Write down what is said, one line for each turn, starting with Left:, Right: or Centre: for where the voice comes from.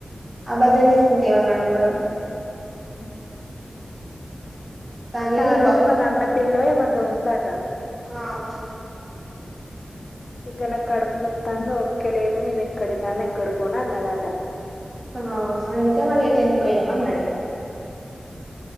Right: ఆబద్ధం చెప్తే ఇంకేమన్నా అనుకోడా?
Left: ఉ
Right: కానీ
Left: అంటే ఆ రోజు
Right: బ
Left: వాళ్ళ అన్న పెళ్లో ఎవరిదో ఉందట.
Right: మ్
Left: ఇక నా కడుపు నత్తాంది ఓపిక లేదు నేను ఎక్కడి రాను ఎక్కడి పోను అన్నదట.
Right: ఆ అందుకే మళ్ళీ ఇటు ఎందుకుపోయినావు అన్నాడు.